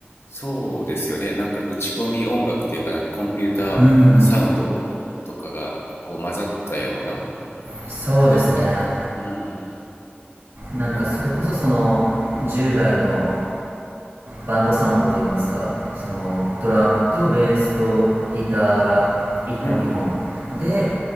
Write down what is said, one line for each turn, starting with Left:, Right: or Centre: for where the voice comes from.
Left: そうですよねなんか打ち込み音楽というかなんかコンピューターサウンドとかがこう混ざったような
Right: うんうんうんそうですね
Left: なんかうん
Right: なんかそれこそその従来の
Left: なんかうん、
Right: バンドサウンドといいますかそのドラムとベースとギターが1本2本で
Left: うん。